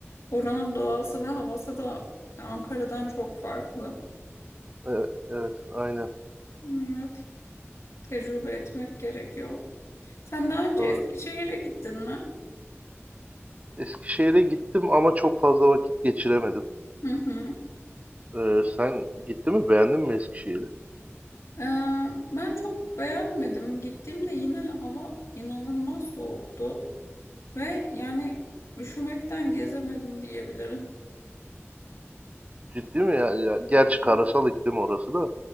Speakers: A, on the left; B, on the right.
A: Oranın doğası ve havası da Ankara'dan çok farklı.
B: Evet, evet, aynen
A: Evet. Tecrübe etmek gerekiyor. Sen daha önce
B: doğru.
A: Eskişehir'e gittin mi?
B: Eskişehir'e gittim ama çok fazla vakit geçiremedim.
A: Hı hı.
B: Ee, sen gitti mi? Beğendin mi Eskişehir'i?
A: Ee, ben çok beğenmedim. Gittiğimde yine hava inanılmaz soğuktu ve yani üşümekten gezemedim diyebilirim.
B: Ciddi mi ya? Ya gerçi
A: Yani,
B: karasal iklim orası da